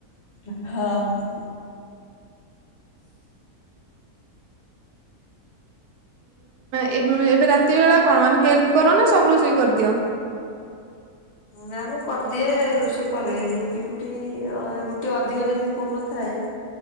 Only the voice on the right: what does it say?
ହୁଁ ଏବେ ରାତି ବେଳା କଣ ମାନେ ହେଲ୍ପ କର ନା ସବୁ ରୋଷେଇ କରିଦିଅ?